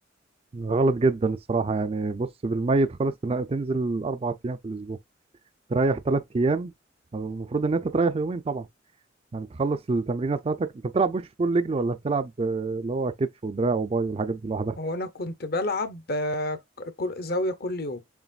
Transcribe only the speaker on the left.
هو انا كنت بلعب آه، ك- كل- زاويه كل يوم